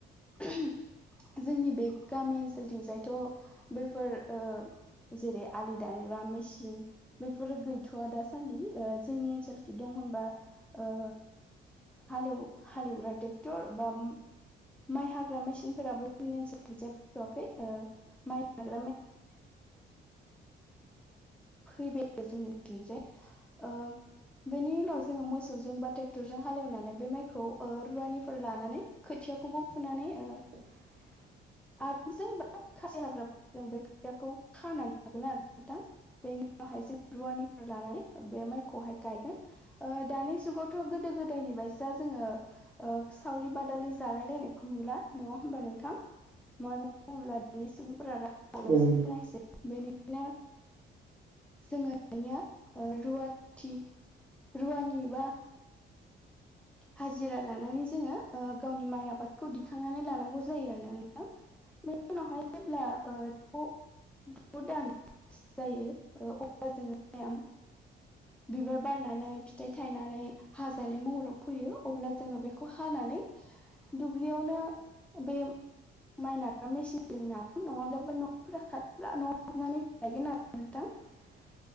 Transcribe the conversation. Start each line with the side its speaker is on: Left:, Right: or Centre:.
Centre: <unintelligible> जोंनि बे गामि ओनसो लथिंजायथ' बैफोर ओ जेरै आलि दानग्रा मेसिन बेफोरो गैथ'वा दासान्दि ओ जोंनि ओनसोलखि दं होनबा ओ हालेव हालेवग्रा ट्रेक्टर बा माइ हाग्रा मेसिनफोराबो जोंनि ओनसोलथिंजा फैथ'वाखै ओ <unintelligible> जोंनिथिं जे ओ बेनि उनाव जोङो मोसौजों बा ट्रेक्टरजों हालेवनानै बे माइखौ ओ रुवानिफोर लानानै खोथियाखौबो फुनानै ओ
Right: <inaudible>
Centre: आरो जों मा खासि हाग्राफोरजों बे खोथियाखौ खानानै लागोन आरो नोंथां। बेनि उनावहाय जों रुवानिफोर लानानै बे माइखौहाय गायगोन। ओ दानि जुगावथ' गोदो गोदायनि बायसा जोङो ओ सावरि बादालि जालायलायनायखौ नुला नङा होमबा नोंथां? मानो होनोब्ला दानि सुबुंफोरा <unintelligible>
Right: औ
Centre: बेनिखायनो जोङो दानिया रुवाथि रुवानि बा हाजिरा लानानै जोङो ओ गावनि माइ आबादखौ दिखांनानै लानांगौ जायो आरोना नोंथां। बे उनावहाय जेब्ला ओ <unintelligible> द दान जायो अब्ला जोङो <unintelligible> बिबार बारनानै फिथाइ थायनानै हाजानाय महराव फैयो अब्ला जोङो बेखौ हानानै दुब्लियावनो बे माइ नाग्रा मेसिनजों नागोन नङाब्लाबो न'फोरा खाथिब्ला न'आव लांनानै नागोन आरो नोंथां।
Right: <inaudible>